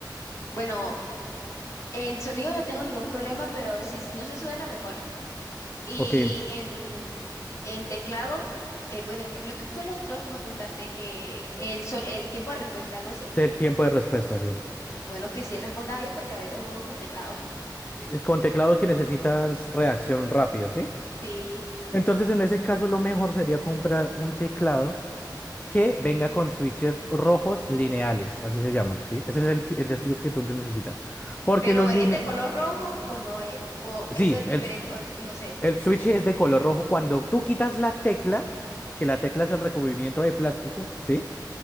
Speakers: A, on the left; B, on the left.
A: Bueno, el sonido no tengo ningún problema, pero si s- no se suena mejor. <laughs> Y
B: Ok, ent-
A: en, en teclado, eh, bueno, que- lo que fue lo otro que me preguntaste, que el, so- el tiempo de respuesta, algo así.
B: es el tiempo de respuesta, sí.
A: Bueno, que sí responda bien porque a veces juego con teclado. <laughs>
B: Es Con teclado que necesitas reacción rápido, ¿sí?
A: Sí.
B: Entonces, en ese caso, lo mejor sería comprar un teclado que venga con switches rojos lineales, así se llaman, ¿sí? Ese es el, t- el estilo que tú necesitas. Porque
A: Pero
B: los
A: ¿es
B: lineales...
A: de color rojo o no es? O
B: Sí,
A: eso es diferente,
B: el, s-
A: o no sé.
B: el switch es de color rojo. Cuando tú quitas la tecla, que la tecla es el recubrimiento de plástico, ¿sí?